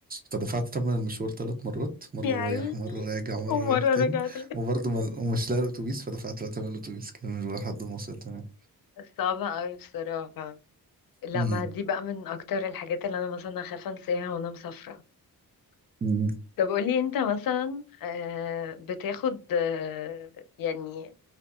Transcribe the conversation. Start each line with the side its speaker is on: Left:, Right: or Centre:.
Right: فدفعت ثمن المشوار ثلاث مرات مره
Left: يا عيني
Right: رايح مره راجع مره
Left: ومرة
Right: رايح تاني
Left: رجعت
Right: وبرضه ما ومش لاقي الاتوبيس فدفعت بقى ثمن الاتوبيس كامل بقى لحد ما وصلت هناك
Left: <laughs> صعبة قوي بصراحة لا
Right: مم.
Left: ما دي بقى من اكتر الحاجات اللي انا مثلا اخاف انساها وانا مسافرة
Right: مم.
Left: طب قولي انت مثلا آه، بتاخد آه، يعني